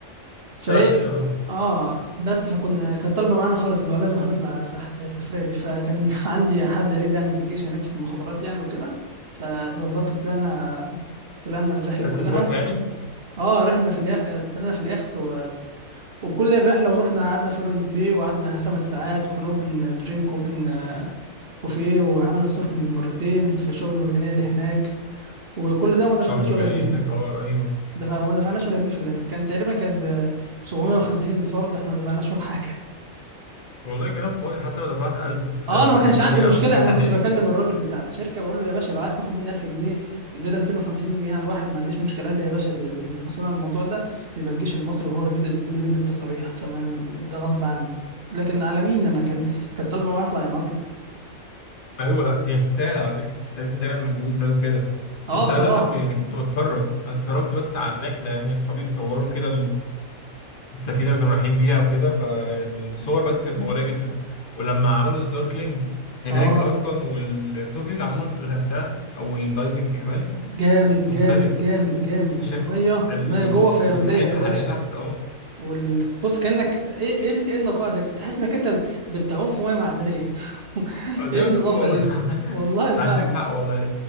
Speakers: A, on the right (about 50°); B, on the left (about 40°).
A: فايه
B: شارع شارع اه
A: اه بس فكنا كانت طالبه معانا خالص اللي هو لازم هنطلع على السح- السفريه دي فكان <laughs> عندي حد قريب يعني في الجيش هناك في المخابرات يعني وكده فظبطت طلعنا طلعنا الرحله
B: عرفت
A: كلها
B: تروح يعني
A: اه رحنا في اليا... طلعنا في اليخت و... وكل الرحله ورحنا قعدنا في اورنج باي وقعدنا خمس ساعات وكان اوبن درينك اوبن بوفيه وعملنا سنوركلينج مرتين في الشعب المرجانيه اللي هناك وكل ده ما دفعناش
B: شرم مرجانيه
A: ولا جنيه
B: هناك اه رهيبه
A: دفع... ما دفعناش ولا جنيه في الاخر كان تقريبا كانت ب 750 الفرد احنا ما دفعناش ولا حاجه
B: والله كلام فاضي حتى لو دفعت 1000 في
A: اه انا
B: في
A: ما كانش
B: سفريه
A: عندي مشكله
B: او في رحله
A: انا كنت
B: زي دي
A: بكلم الراجل بتاع الشركه بقول له يا باشا لو عايز تاخد مني 1000 جنيه زياده 250 جنيه على الواحد ما عنديش مشكله قال لي يا باشا دي اللي بيبقى مسؤول عن الموضوع ده بيبقى الجيش المصري وهو اللي بيدي اللي بيدي التصاريح فما ده غصب عني لكن على مين انا كان كانت طالبه معايا اطلع يعني اطلع
B: ايوه لا هي تستاهل على فكره بس انت تعمل مجهود ده وكده
A: اه
B: بس
A: بصراحه
B: انا للاسف يعني كنت بتفرج انا اتفرجت بس على الرحله يعني اصحابي بيصوروا كده السفينه اللي كانوا رايحين بيها وكده فالصور بس كانت مغريه جدا ولما عملوا سنوركلينج هناك
A: اه
B: اصلا والسنوركلينج عموما في الغردقه او الدايفنج كمان
A: جامد
B: مختلف
A: جامد جامد جامد
B: انت
A: الميه
B: شايف ال-
A: الميه جوه
B: بص
A: فيروزيه
B: الحياه
A: يا
B: البحريه
A: باشا
B: تحت اه
A: وال- بص كانك ايه ايه ايه النقاء ده تحس انك انت بتعوم في ميه معدنيه <laughs>
B: آه، زي
A: ايه النظافه
B: ما بيقولوا والله
A: دي
B: <laughs>
A: والله فعلا
B: عندك حق والله